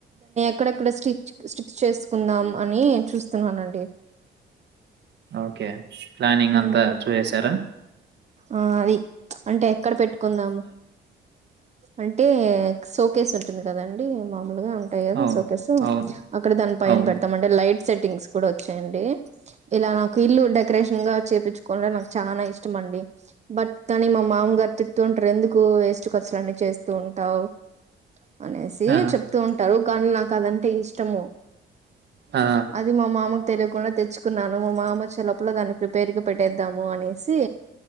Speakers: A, on the right; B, on the right.
A: అక్కడక్కడ స్టిచ్ స్టిక్ చేసుకుందాం అని చూస్తున్నానండి
B: ఓకే ప్లానింగ్
A: ఉమ్
B: అంతా చూసేసారా
A: ఆ ఆవి అంటే ఎక్కడ పెట్టుకుందాము అంటే సోకేస్ ఉం టుంది కదండి మామూలుగా ఉంటాయి కదా
B: అవును
A: సోకేసు
B: అవును
A: అక్కడ దాని పైన
B: అవును
A: పెడతాం అండి లైట్ సెట్టింగ్స్ కూడా వచ్చాయండి ఇలా నాకు ఇల్లు డెకరేషన్ గా చెయ్యిపించుకుంటే నాకు చానా ఇష్ ష్టంమండి బట్ కానీ మా మామగారు తిత్తుంటారు ఎందుకు వేస్ట్ ఖర్చులు అన్నీ చేస్తూ ఉంటావ్ అనేసి
B: ఆ
A: చెప్తూ ఉంటారు కానీ నాకు అది అన్ టె ఇష్టము
B: ఆ
A: అది మా మామకు తెలియకుండా తెచ్చుకున్నా ఇంగ మా మామ వచ్చేలోపల దాన్ని ప్రిపేర్గా పెట్టేద్దాము అనేసి